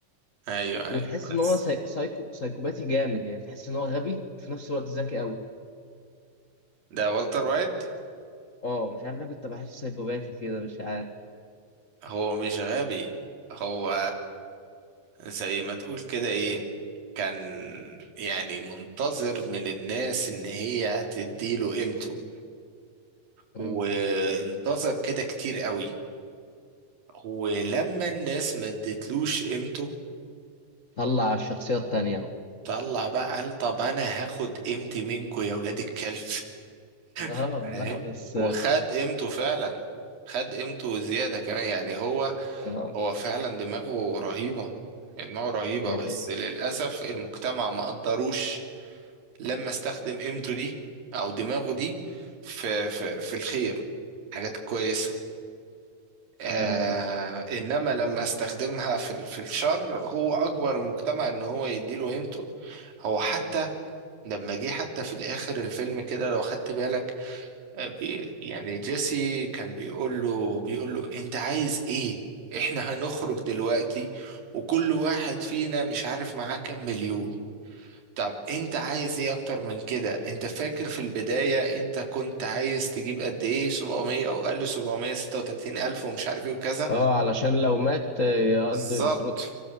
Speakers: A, on the right (about 80°); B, on the left (about 50°).
A: أيوه
B: وتحس
A: أيوه
B: ان
A: بس
B: هو ساي... سايكو سايكوباتي جامد يعني تحس ان هو غبي في نفس الوقت ذكي قوي
A: ده والتر وايت
B: اه مش عارف ليه كنت بحسه سايكوباتي كده مش عارف
A: هو مش غبي هو زي ما تقول كده إيه كان يعني منتظر من الناس إن هي تديله قيمته
B: مم.
A: وانتظر كده كتير قوي ولما الناس ما ادتلوش قيمته
B: طلع على الشخصية التانية بقى
A: طلع بقى قال طب انا هاخد قيمتي منكم يا ولاد الكلب
B: اه
A: <laughs> فاهم
B: لا بس
A: وخد قيمته فعلا خد قيمته زيادة كمان يعني هو
B: اه
A: هو فعلا دماغه رهيبة دماغه رهيبة
B: دي حقيقة
A: بس للأسف المجتمع ما قدروش لما استخدم قيمته دي أو دماغه دي في في في الخير حاجات كويسة آه
B: دي حقيقة
A: انما لما استخدمها في ال- في الشر هو اجبر المجتمع ان هو يديله قيمته هو حتى لما جه حتى في الاخر الفيلم كده لو خدت بالك آه، بي يعني جيسي كان بيقول له بيقول له انت عايز ايه احنا هنخرج دلوقتي وكل واحد فينا مش عارف معاه كام مليون طب انت عايز ايه اكتر من كده انت فاكر في البداية انت كنت عايز تجيب قد ايه 700 وقال له 736 الف ومش عارف ايه وكذا
B: اه علشان لو مات آه، يقضي
A: بالظبط
B: أسرته